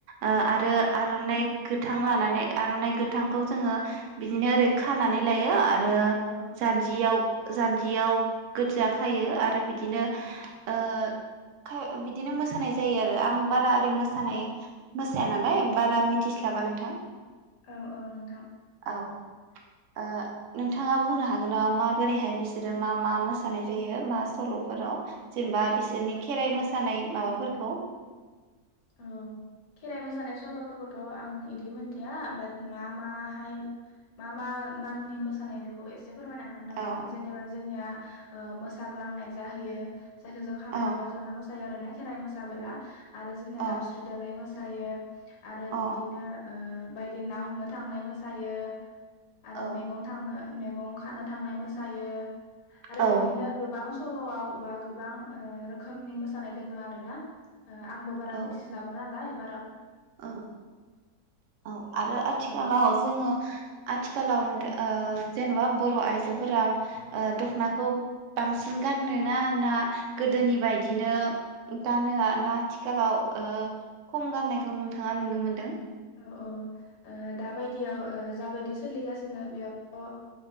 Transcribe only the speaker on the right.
ओ‌ आरो
आरनाइ गोथां लानानै आरनाइ गोथांखौ जोङो बिदिनो ओरै खानानै लायो आरो
रो याव जान्जियाव गोदजा खायो आरो बिदिनो ओ बिदिनो मोसानाय जायो आरो आं बारा ओरै मोसानाय मोसाया नालाय बारा मिथिस्लाबा नोंथां।
औ ओ‌ नोंथाङा बुंनो हागोन? गोन‌ना माबोरैहाय बिसोरो मा मा मोसानाय जायो मा सलफोराव जेनबा बिसोरनि खेराय मोसानाय माबाफोर खौ?
औ
औ
औ
औ
औ
औ
औ
औ औ आरो आथिखालाव
जोङो आथिखालाव नों ओ जेनबा बर आइजोफोरा ओ‌ दखनाखौ बांसिन गानोना ना गोदोनि बायदिनो गानो ना आथिखालाव‌ ओ खम गाननायखौ खौ नोंथाङा नुनो मोन्दों?